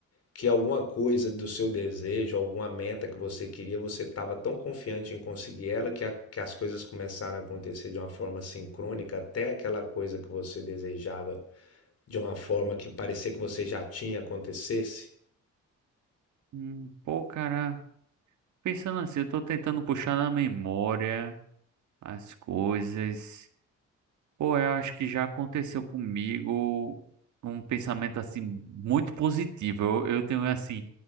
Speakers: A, on the left; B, on the right.
A: que alguma coisa do seu desejo, alguma meta que você queria, você estava tão confiante em conseguir ela que, a- que as coisas começaram a acontecer de uma forma sincrônica, até aquela coisa que você desejava de uma forma que parecia que você já tinha acontecesse?
B: hum, pô, cara, pensando assim, eu tô tentando puxar na memória as coisas. Pô, eu acho que já aconteceu comigo um pensamento assim muito positivo. Eu, eu tenho assim